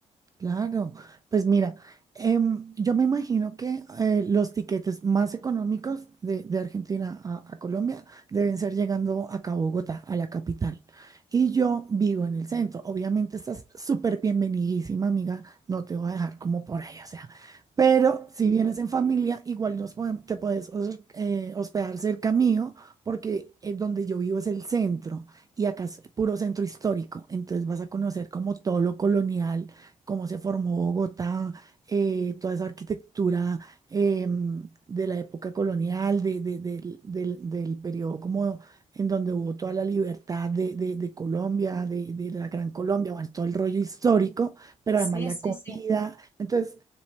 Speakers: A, on the right; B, on the left.
A: Claro, pues mira, em, yo me imagino que eh, los tiquetes más económicos de, de Argentina a, a Colombia deben ser llegando acá a Bogotá, a la capital. Y yo vivo en el centro. Obviamente estás súper bienvenidísima, amiga. No te voy a dejar como por ahí, o sea. Pero si vienes en familia, igual nos podem- te puedes hos- eh, hospedar cerca mío, porque eh, donde yo vivo es el centro y acá es puro centro histórico. Entonces vas a conocer como todo lo colonial cómo se formó Bogotá, eh, toda esa arquitectura em, de la época colonial, de- de- del, del- del periodo como en donde hubo toda la libertad de, de- de Colombia, de, de la Gran Colombia, bueno, todo el rollo histórico, pero
B: Sí,
A: además la
B: sí,
A: comida.
B: sí,
A: Entonces,